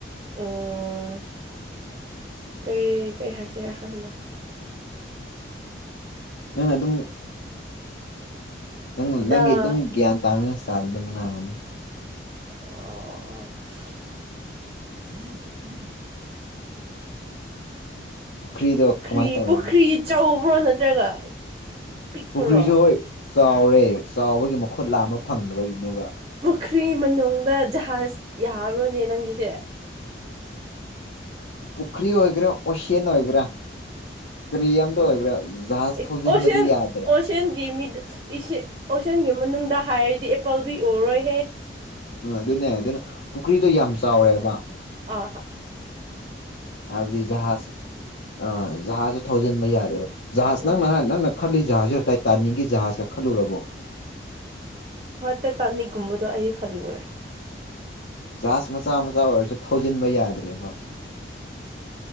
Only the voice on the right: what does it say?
ꯎꯝ ꯀꯩ ꯀꯩ ꯍꯥꯏꯁꯦꯔꯦ ꯈꯪꯗꯦ
ꯑꯥ
ꯑꯣ
ꯄꯨꯈ꯭ꯔꯤ
ꯄꯨꯈ꯭ꯔꯤ ꯆꯥꯎꯕ꯭ꯔꯣ ꯅꯠꯇ꯭ꯔꯒ ꯄꯤꯛꯄꯔꯣ
ꯈ꯭ꯔꯤ ꯃꯅꯨꯡꯗ ꯖꯍꯥꯖ ꯌꯥꯕ꯭ꯔꯣꯅꯦ ꯅꯪꯒꯤꯁꯦ
ꯑꯥ ꯑꯦ ꯑꯣꯁꯤꯟ
ꯑꯣꯁꯤꯟꯒꯤ ꯃꯤꯗ ꯏꯁꯤ ꯑꯣꯁꯤꯟꯒꯤ ꯃꯅꯨꯡꯗ ꯍꯥꯏꯔꯗꯤ ꯑꯦꯄꯜꯗꯤ ꯎꯔꯣꯏꯍꯦ
ꯑꯥ ꯍꯥ
ꯎꯝ
ꯇꯇꯥꯅꯤꯛꯒꯨꯝꯕꯗꯣ ꯑꯩꯗꯤ ꯈꯜꯂꯨꯔꯦ